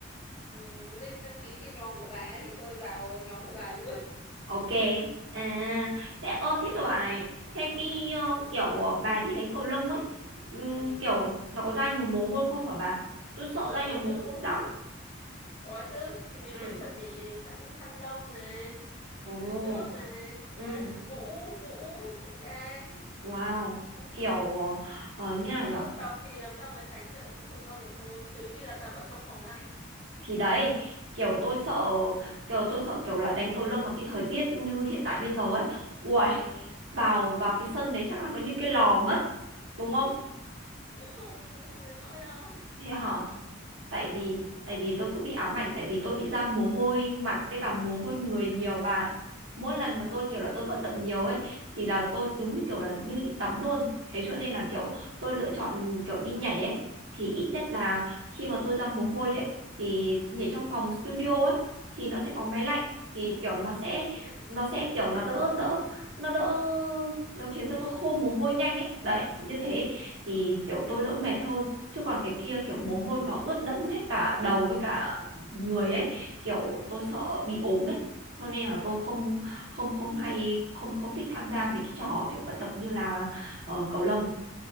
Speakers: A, on the left; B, on the right.
A: ừ, link đăng ký cái nhóm của bà ấy thì tôi vào nhóm của bà luôn
B: Ok. À, thế ơ thế tôi bảo này, thế cái ờ, kiểu ờ, bà đi đánh cầu lông ấy, ừm,
A: ừ
B: kiểu nó có ra nhiều mồ hôi không hả bà? Tôi sợ ra
A: có
B: nhiều mồ
A: chứ
B: hôi lắm.
A: có chứ thì mình
B: Ừ.
A: phải chuẩn bị sẵn khăn lông này
B: Ồ.
A: rồi nước này đấy
B: Ừ.
A: mũ mũ cái chai
B: Wow.
A: đấy.
B: Kiểu ờ, ờ, như nào
A: chứ
B: nhỉ?
A: tập thì làm sao mà tránh được không ra mồ hôi trừ khi là tập ở trong phòng lạnh
B: thì đấy kiểu tôi
A: ừ.
B: sợ kiểu tôi sợ kiểu là đánh cầu lông mà cái thời tiết như hiện tại bây giờ ấy uầy
A: Ừ.
B: vào vào cái sân đấy chắc là nó như cái lò mất đúng không
A: cũng không cũng không đến nỗi đâu
B: thế hả tại
A: ừ.
B: vì tại vì tôi cứ bị ám ảnh tại vì tôi bị ra mồ hôi mặt với cả mồ hôi người nhiều bà mỗi lần
A: Ừ.
B: mà tôi kiểu là tôi vận động nhiều ấy thì là tôi đúng như kiểu là như đi tắm luôn thế cho nên là kiểu tôi lựa chọn kiểu đi nhảy ấy thì ít nhất là
A: Ừ.
B: khi mà tôi ra mồ hôi ấy thì nhảy trong phòng studio ấy thì nó sẽ
A: Ừ.
B: có máy lạnh thì kiểu nó
A: Ừ.
B: sẽ
A: Tôi biết mà
B: nó sẽ kiểu nó đỡ đỡ nó đỡ nó khiến cho tôi khô mồ hôi nhanh ấy đấy như
A: ừ.
B: thế thì kiểu tôi đỡ mệt hơn chứ còn cái kia kiểu mồ hôi nó ướt đẫm hết cả đầu với cả người ấy kiểu tôi sợ bị ốm ấy cho nên là tôi không không không hay không không thích tham gia mấy cái trò kiểu vận động như là ờ, cầu lông